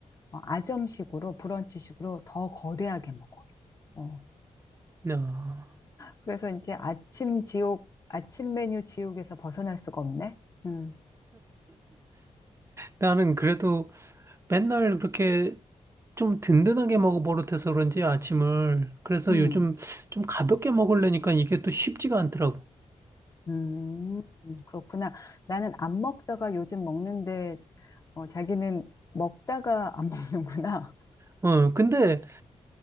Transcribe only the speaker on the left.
어, 아점식으로 브런치식으로 더 거대하게 먹어. 어.
그래서 이제 아침 지옥, 아침 메뉴 지옥에서 벗어날 수가 없네. 음.
음.
음, 그렇구나. 나는 안 먹다가 요즘 먹는데, 어, 자기는 먹다가 안 <laughs> 먹는구나.